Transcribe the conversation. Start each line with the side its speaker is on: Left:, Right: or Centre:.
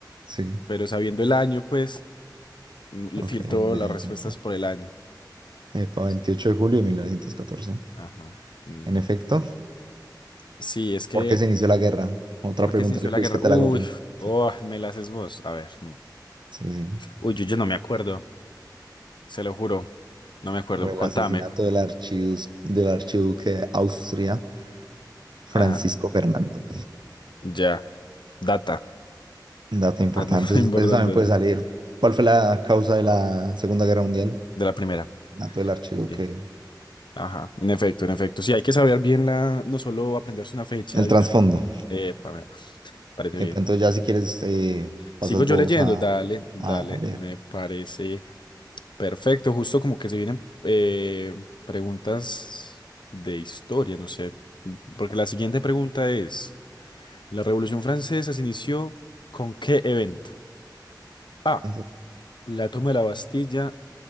Right: Sí,
Left: Pero sabiendo el año, pues, mm, lo
Right: ok,
Left: filtro
Right: bien.
Left: las respuestas
Right: epa.
Left: por el año.
Right: Epa,
Left: Entonces,
Right: 28 de julio de mil novecientos catorce.
Left: ajá. mm,
Right: En
Left: Bien.
Right: efecto,
Left: Sí, es que,
Right: ¿por qué se inició la guerra? Otra
Left: ¿por
Right: pregunta
Left: qué se inició
Right: le
Left: la
Right: quiz
Left: guerra?
Right: que te
Left: Uy,
Right: la hago yo. Sí,
Left: oh, me las es vos. A ver. mm.
Right: sí. sí.
Left: Uy, yo, yo no me acuerdo. Se lo juro. No me acuerdo.
Right: Por el
Left: Contame.
Right: asesinato del archiduz- del archiduque de Austria, Francisco
Left: Ah,
Right: Fernando.
Left: ya. Data.
Right: Un dato importante,
Left: Ah, no, <laughs>
Right: eso,
Left: Importante.
Right: eso también puede salir. ¿Cuál fue la causa de la Segunda Guerra Mundial?
Left: De la primera.
Right: Dato del archivo
Left: Sí.
Right: que...
Left: Ajá, en efecto, en efecto. Sí, hay que saber bien la, no solo aprenderse una fecha
Right: El
Left: de
Right: trasfondo.
Left: una- Epa, me parece
Right: Eh,
Left: bien.
Right: pues entonces ya si quieres eh, pasas
Left: Sigo yo
Right: vos
Left: leyendo,
Right: a,
Left: dale, dale,
Right: a, a ver
Left: me parece perfecto. Justo como que se vienen eh, preguntas de historia, no sé. Porque la siguiente pregunta es, ¿la Revolución Francesa se inició con qué evento? A,
Right: Esa-
Left: la toma de la Bastilla